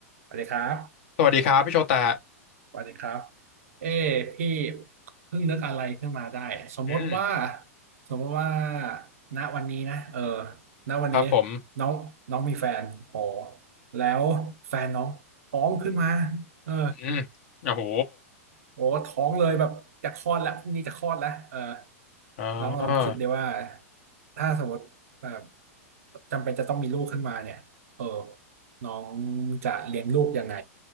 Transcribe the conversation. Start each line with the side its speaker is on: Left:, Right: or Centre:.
Right: สวัสดีครับ
Left: สวัสดีครับพี่โชตะ
Right: สวัสดีครับ เอ้พี่เพิ่งนึกอะไรขึ้นมาได้ สมมติว่า
Left: อืม
Right: สมมติว่าณวันนี้นะเออณวันนี้
Left: ครับผม
Right: น้องน้องมีแฟนโอ้แล้วแฟนน้องท้องขึ้นมาเออ
Left: อืมโอ้โห
Right: โอ้ท้องเลยแบบจะคลอดแล้วพรุ่งนี้จะคลอดแล้วเออ
Left: อ่า
Right: น้องลองคิดดีว่าถ้าสมมติแบบจำเป็นจะต้องมีลูกขึ้นมาเนี่ยเออน้องจะเลี้ยงลูกยังไง